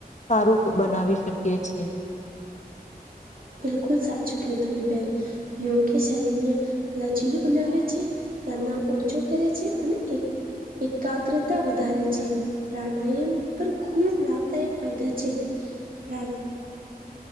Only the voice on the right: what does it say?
બિલકુલ સાચું કું તમે બેન યોગ કે શરીરને લચીલું બનાવે છે તનામ ઓછો કરે છે અને એક એકાગ્રતા વધારે છે પ્રાણાયામ પર ખૂબ લાભદાયક ફાયદા છે પ્ર